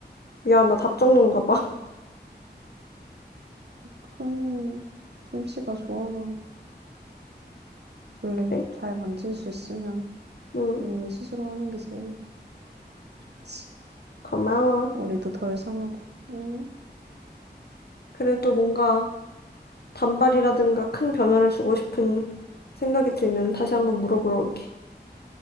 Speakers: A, on the left; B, on the right.
A: 미안, 나 답정론가 봐.
B: 손, 솜씨가 좋아서,
A: <laughs>
B: 원래
A: 그래?
B: 잘 만질 수 있으면,
A: 응,
B: 본인이 스스로 하는 게 제일, 좋지.
A: 고마워.
B: 머리도 덜 상하고. 응,
A: 그래도 뭔가 단발이라든가 큰 변화를 주고 싶은 생각이 들면 다시 한번 물어보러 올게.